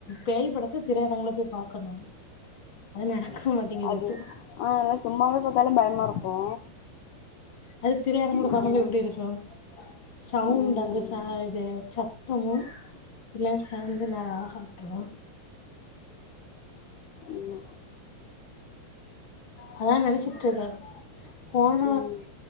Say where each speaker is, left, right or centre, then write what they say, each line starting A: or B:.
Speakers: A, on the left; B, on the left.
A: பேயி படத்த திரையரங்குல போய் பாக்கணுனு அது நடக்க மாட்டேங்குறது
B: அது ஆ எல்லா சும்மாவே பாத்தாலே பயமா இருக்கு
A: அது திரையரங்குல
B: ம்
A: பாக்கும்போது எப்டி இருக்கு சவுண்ட்
B: ம்
A: அந்த ச இது சா சுத்தமும் எல்லாம் சேர்ந்து நல்ல அழகு காட்டுவோம்
B: ஆமா
A: அதா நெனைச்சிட்டுருக்கே போன
B: ம்